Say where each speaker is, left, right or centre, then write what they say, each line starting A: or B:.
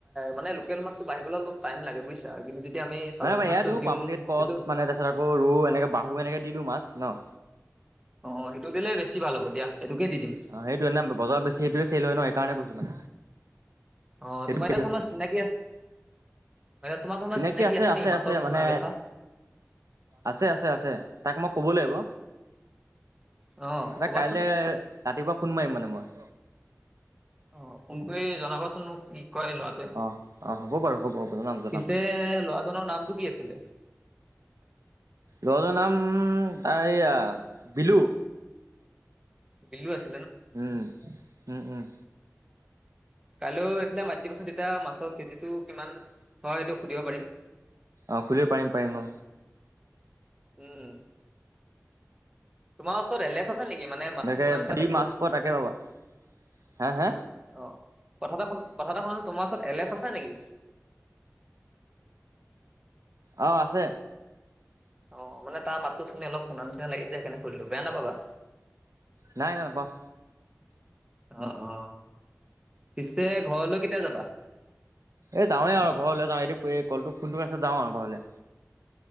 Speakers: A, on the right; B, on the right.
A: মানে লোকেল মাছটো বাঢ়িবলৈ অলপ টাইম লাগে বুজছা কিন্তু। যেতিয়া আমি চালনী
B: নাই নাই
A: মাছটো
B: এয়া দিও
A: দিওঁ
B: পামপ্লট কচ
A: সেইটো
B: মানে তাৰপিছত আকৌ এনেকে বাহু এনেকে দি দিওঁ মাছ ন-
A: অ', সেইটো দিলে বেছি ভাল হ'ব দিয়া সেইটোকে দি দিম।
B: আহ সেইটো এ নে বজাৰত বেছি সেইটোয়ে চল হয় ন সেইকাৰণে কৈছো মানে-
A: অ
B: সেইটো
A: তোমাৰ এটায়া কোনোবা চিনাকি আছে। তোমাৰ কোনোবা
B: চিনাকি আছে আছে
A: নেকি মাছৰ
B: আছে
A: পোনা
B: মানে।
A: বেচা?
B: আছে আছে আছে তাক মই ক'ব লাগিব।
A: অ', ক'বাচোন
B: এ কাইলে ৰাতিপুৱা ফোন মাৰিম মানে মই-
A: অ ফোন কৰি জনাবাচোন মোক কি! কয় লৰাটোৱে
B: অ'। অ', হ'ব বাৰু হ'ব হ'ব জনাম জনাম
A: পিছে লৰাজনৰ নামটো কি আছিলে <inaudible>
B: লজৰ নাম ত এইয়া বিলু
A: বিলু আছে
B: উম উম উম
A: কাইলৈও এইফালে মাাততি দিবচোন তেতিয়া মাছৰ কেজিটো কিমান হয় সেইটো সুধিব পাৰিম
B: অ খুলিব পাৰম পাৰম
A: উম তোমাৰ ওচৰত এলেছ আছে নেকি মানে মাতটো
B: এনেকে
A: শুনা নিচনা
B: যি
A: লাগছিল।
B: মাছ পোৱা তাকে পাবা হা হা
A: অ কথা এ কথা এটা শুনা তোমাৰ ওচৰত এলে এচ আছে নেকি?
B: আহ আছে।
A: অ মানে তাৰ মাতো চুনি অলপ শুনা নিচিনা লাগি যে সেইকাৰণে সুধিলো বেয়া নাপাবা।
B: নাই নাই নাপাওঁ।
A: অ অ পিছে ঘৰলৈ কেতিয়া যাবা।
B: এই যাওঁৱে আৰু ঘৰলৈ যাওঁ এই কলটো ফোনটো যাওঁ আৰু ঘৰলৈ